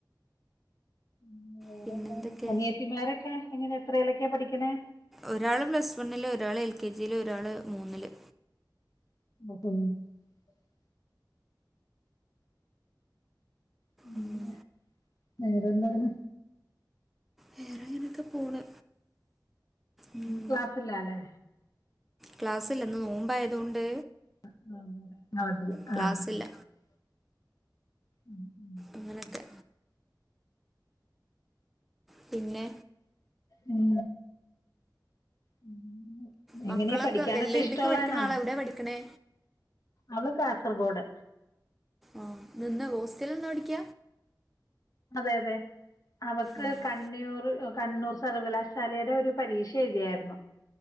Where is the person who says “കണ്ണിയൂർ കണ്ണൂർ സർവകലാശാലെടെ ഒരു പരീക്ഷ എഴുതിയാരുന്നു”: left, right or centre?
Left